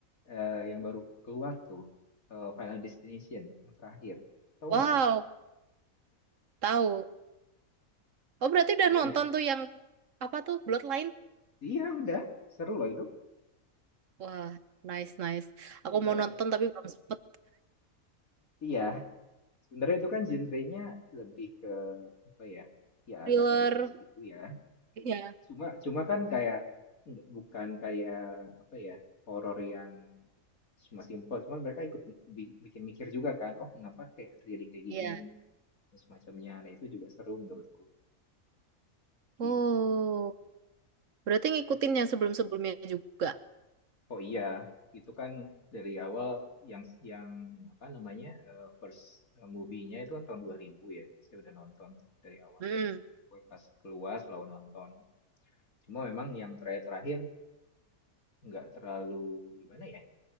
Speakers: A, on the left; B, on the right.
A: eh, yang baru keluar tuh eh, Final Destination yang terakhir. Tahu
B: Wow,
A: nggak sih?
B: tahu. Oh, berarti udah
A: tahu
B: nonton
A: ya
B: tuh yang apa tuh? Bloodline?
A: Iya udah seru loh itu.
B: Wah, nice, nice. Aku
A: Iya,
B: mau nonton tapi belum sempet.
A: iya. Sebenarnya itu kan genrenya lebih ke apa ya? Ya
B: Thriller.
A: agak sadis-sadis gitu ya.
B: Iya,
A: Cuma cuma kan kayak nggak bukan kayak apa ya, horor yang cuma simpel, cuman mereka ikut bi- bi- bikin mikir juga kan, oh kenapa kayak terjadi kayak gini
B: iya.
A: dan semacamnya. Nah, itu juga seru menurutku.
B: Oh,
A: Gitu.
B: berarti ngikutin
A: Yep.
B: yang sebelum-sebelumnya juga.
A: Oh iya, itu kan dari awal yang yang apa namanya? eh, first eh, movie-nya itu kan tahun 2000 ya. Saya udah nonton tuh dari awal.
B: hmm
A: Gue pas keluar selalu nonton. Cuma memang yang terakhir-terakhir nggak terlalu gimana ya?